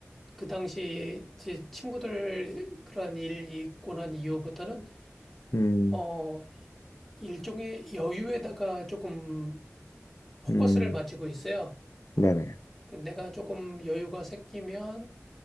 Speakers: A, in the centre; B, on the left (about 75°).
A: 그 당시 제 친구들 그런 일이 있고 난 이후부터는
B: 음,
A: 어, 일종의 여유에다가 조금 포커스를
B: 음,
A: 맞추고 있어요.
B: 네네.
A: 그 내가 조금 여유가 생기면